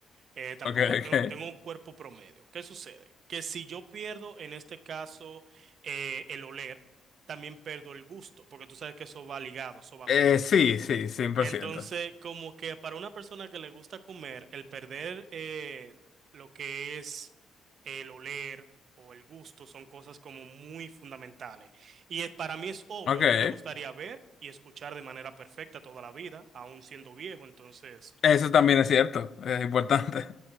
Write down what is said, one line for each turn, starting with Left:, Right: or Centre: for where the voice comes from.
Right: eh, tampoco
Left: Ok, ok.
Right: tengo, tengo un cuerpo promedio. ¿Qué sucede? Que si yo pierdo, en este caso, eh, el oler, también pierdo el gusto, porque tú sabes que eso va ligado, eso va
Left: Eh,
Right: junto.
Left: sí, sí, 100%.
Right: Entonces, como que para una persona que le gusta comer, el perder eh, lo que es el oler o el gusto son cosas como muy fundamentales. Y eh, para mí es obvio,
Left: Ok.
Right: a mí me gustaría ver y escuchar de manera perfecta toda la vida, aún siendo viejo, entonces...
Left: Eso también es cierto, es importante.